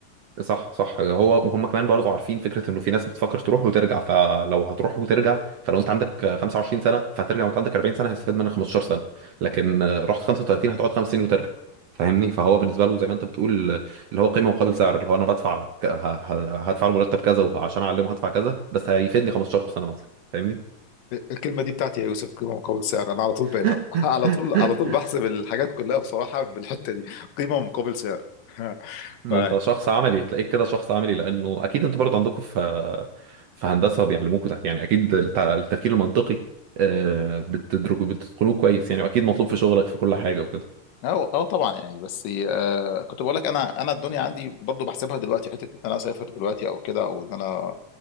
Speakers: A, on the right; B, on the left.
A: صح صح هو وهم كمان برضو عارفين فكره انه في ناس بتفكر تروح وترجع فلو هتروح وترجع فلو انت عندك 25 سنه فهترجع وانت عندك 40 سنه هيستفاد منك 15 سنه لكن رحت 35 هتقعد خمس سنين وترجع فاهمني فهو بالنسبه له زي ما انت بتقول اللي هو قيمه مقابل سعر اللي هو انا بدفع ك- ه- ه- هدفع له مرتب كذا وعشان اعلمه هدفع كذا بس هيفيدني 15 سنه مثلا فاهمني
B: الكلمة دي بتاعتي يا يوسف قيمة مقابل سعر أنا على طول
A: <laughs>
B: بالها <laughs> على طول على طول بحسب الحاجات كلها بصراحة بالحتة دي قيمة مقابل سعر <laughs>
A: ما
B: ف
A: انت شخص عملي تلاقيك كده شخص عملي لانه اكيد انت برضه عندكم في في هندسه بيعلموكوا ده يعني اكيد الت- التفكير المنطقي آه، بتدرجوا بتتقنوه كويس يعني واكيد مطلوب في شغلك في كل حاجه وكده
B: أو أو طبعا يعني بس آه كنت بقول لك أنا أنا الدنيا عندي برضو بحسبها دلوقتي حتة إن أنا أسافر دلوقتي أو كده أو إن أنا